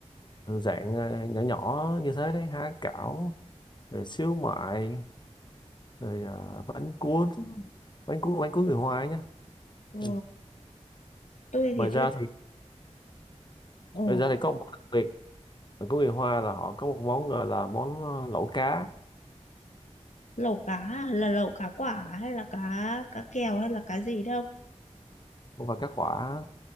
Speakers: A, on the left; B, on the left.
A: dạng ờ, nhỏ nhỏ như thế đấy há cảo rồi xíu mại rồi ờ, bánh cuốn bánh cuốn bánh cuốn người Hoa ấy nhá
B: Ừ,
A: Ừ.
B: tôi
A: ngoài
B: thì
A: ra
B: tôi
A: thì
B: ừ,
A: ngoài ra thì có một món đặc biệt ở của người Hoa là họ có một món gọi là món ờ, lẩu cá
B: lẩu cá à? là lẩu cá quả hay là cá cá kèo hay là cá gì đâu.
A: và cá quả